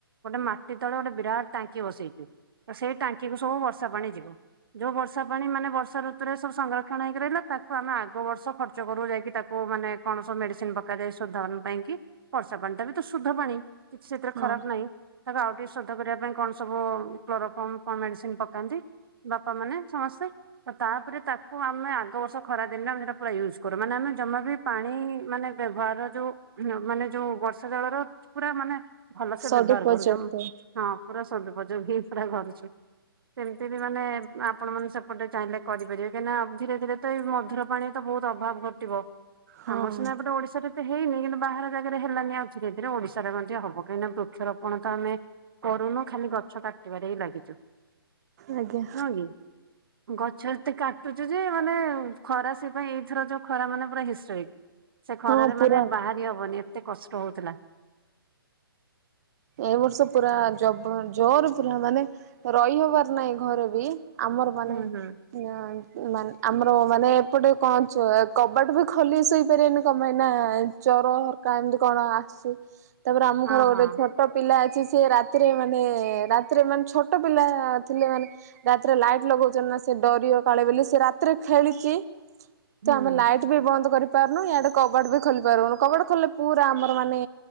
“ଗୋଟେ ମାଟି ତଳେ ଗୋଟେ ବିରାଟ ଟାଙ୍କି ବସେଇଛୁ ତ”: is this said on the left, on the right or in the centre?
Right